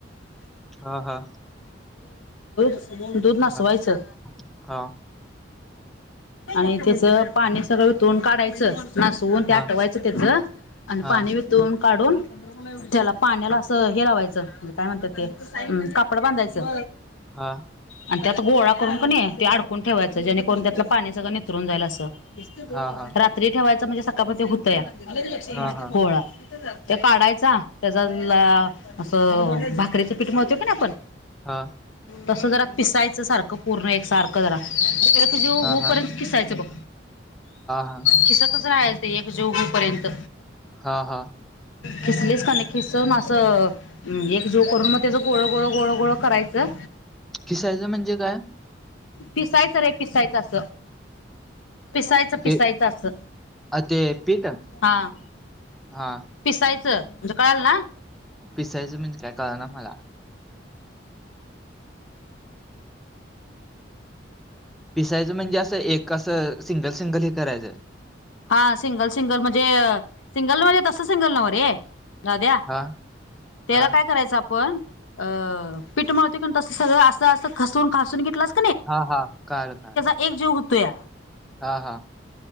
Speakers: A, in the centre; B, on the left.
A: हा हा
B: <unintelligible> दूध नासवायचं
A: हा हा
B: आणि त्याच पाणी सगळं वीतरून काढायचं नासवून ते
A: हा
B: आटवायचं त्याच आणि
A: हा
B: पाणी वितून काढून त्याला पाण्याला असं हे लावायचं म्हणजे काय म्हणतात ते अ कापड बांधायचं.
A: हा
B: आणि त्यात गोळा करून कणी ते अडकून ठेवायचं जेणेकरून त्यातलं पाणी सगळं नितळुन जाईल असं. रात्री
A: हा हा
B: ठेवायच म्हणजे सकाळ पर्यंत ते होतया
A: हा हा
B: गोळा. ते काढायचा त्याचा असं भाकरीच पीठ मळतोय कनी आपण
A: हा
B: तस जरा पिसायचं सारखं पूर्ण एक सार जरा <unintelligible> त्याला जे होऊ
A: हा हा हा
B: पर्यंत खिसायचं बघ
A: हा
B: खिसतच रायच ते एकजीव होऊ पर्यंत
A: हा हा
B: खिसलीस कनी खिसवून असं एक जीव करून मग त्याच गोळ गोळ गोळ गोळ करायचं.
A: किसायचं म्हणजे काय
B: पिसायचं रे किसायचं अस पिसायचं पिसायचं
A: ते
B: अस
A: अ, ते पीठ
B: हा.
A: हा
B: पिसायचं कळाल ना
A: पिसायचं म्हनजी काय कळना मला. पिसायचं म्हणजे असं एक असं सिंगल सिंगल हे करायचं.
B: हा सिंगल सिंगल म्हणजे सिंगल म्हणजे तस सिंगल नवरे दाद्या
A: हा
B: त्याला
A: हा
B: काय करायचं आपण अ पीठ मळतय कणी तस सगळ असं असं खसवून खासून घेतलाच
A: हा हा कळालं कळालं.
B: एक जीव होतोया.
A: हा हा.